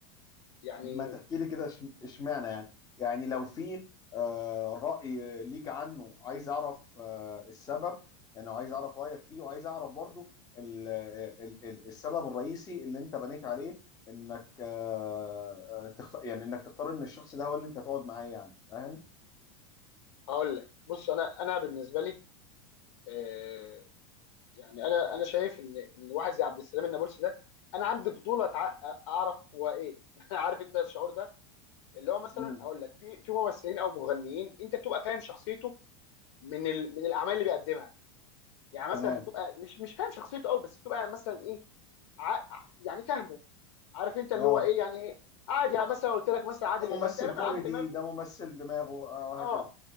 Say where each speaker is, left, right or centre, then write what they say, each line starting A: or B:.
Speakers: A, on the left (about 80°); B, on the left (about 25°).
A: يعني
B: طب ما تحكي لي كده اش- اشمعنى يعني يعني لو في آه، رأي ليك عنه عايز اعرف آه، السبب يعني عايز اعرف رأيك فيه وعايز اعرف برضو ال- ال- ال- السبب الرئيسي اللي انت بنيت عليه انك آه، آه، تختار يعني انك تختار ان الشخص ده هو اللي انت تقعد معاه يعني فاهم
A: اقول لك بص انا انا بالنسبه لي آه يعني انا انا شايف ان ان واحد زي عبد السلام النابلسي ده انا عندي فضول أتع-
B: مم.
A: اعرف هو ايه <laughs> يعني عارف انت الشعور ده اللي هو مثلا
B: مم.
A: اقول لك في في ممثلين او مغنيين انت بتبقى فاهم شخصيته من ال... من الاعمال اللي بيقدمها يعني
B: تمام
A: مثلا بتبقى مش مش فاهم شخصيته قوي بس بتبقى مثلا ايه ع... يعني فاهمه عارف انت اللي
B: اه
A: هو ايه يعني عادي يعني مثلا قلت لك مثلا عادل
B: ده
A: امام
B: ممثل
A: تقريبا
B: كوميدي
A: عادل امام
B: ده ممثل دماغه آه، وهكذا
A: اه